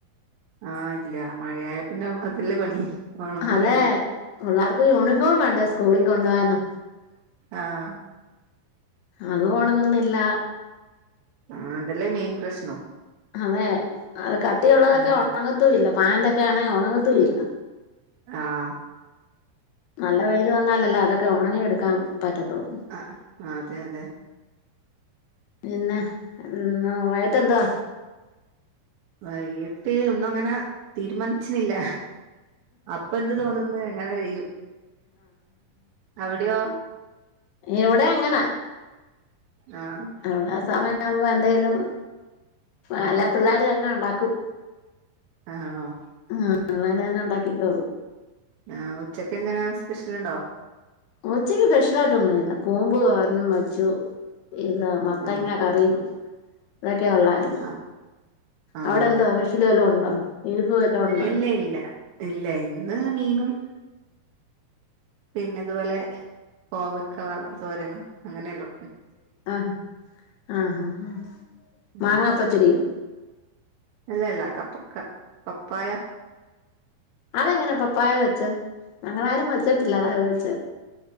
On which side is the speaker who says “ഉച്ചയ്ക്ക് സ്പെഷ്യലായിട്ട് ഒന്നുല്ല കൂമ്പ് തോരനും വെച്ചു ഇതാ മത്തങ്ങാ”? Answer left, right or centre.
Left